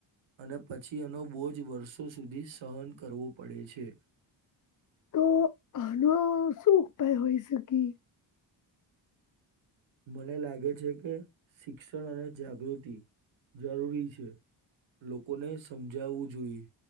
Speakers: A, on the right; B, on the left.
A: અને પછી એનો બહુ જ વર્ષો સુધી સહન કરવો પડે છે.
B: તો આનો શું ઉપાય હોય શકી
A: મને લાગે છે કે શિક્ષણ અને જાગૃતિ જરૂરી છે. લોકોને સમજાવવું જોઈએ